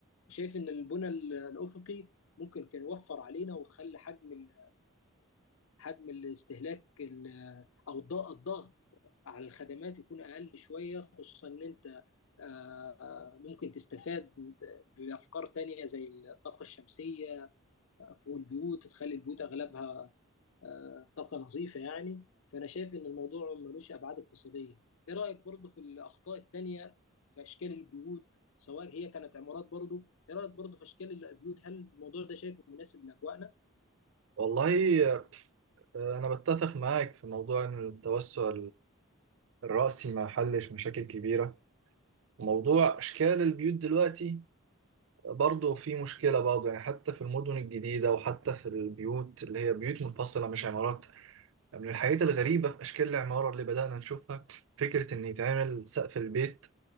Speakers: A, on the left (about 70°); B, on the right (about 65°).
A: وشايف ان البنى ال- الافقي ممكن كان يوفر علينا وخلى حجم ال- حجم الاستهلاك ال- او الض- الضغط على الخدمات يكون اقل شويه خصوصا ان انت آه، ممكن تستفاد بافكار تانية زي الطاقه الشمسيه فوق البيوت تخلي البيوت اغلبها آه، طاقة نظيفة يعني فأنا شايف إن الموضوع ملوش أبعاد اقتصادية إيه رأيك برضه في الأخطاء التانية في أشكال البيوت سواء هي كانت عمارات برضه إيه رأيك برضه في أشكال البيوت هل الموضوع ده شايفه مناسب لأجواءنا؟
B: والله آه، أنا بتفق معاك في موضوع إن التوسع الرأسي ما حلش مشاكل كبيرة موضوع أشكال البيوت دلوقتي برضه في مشكلة برضه يعني حتى في المدن الجديدة وحتى في البيوت اللي هي بيوت منفصلة مش عمارات يعني من الحاجات الغريبة في أشكال العمارة اللي بدأنا نشوفها فكرة إن يتعمل سقف البيت